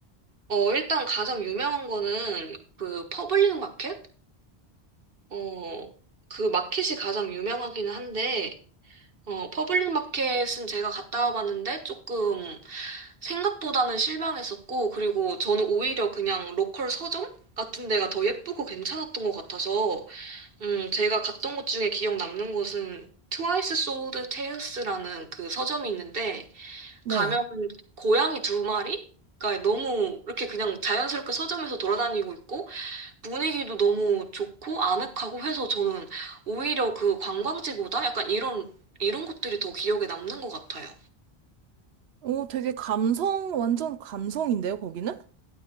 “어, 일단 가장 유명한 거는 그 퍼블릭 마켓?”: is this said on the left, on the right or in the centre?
Right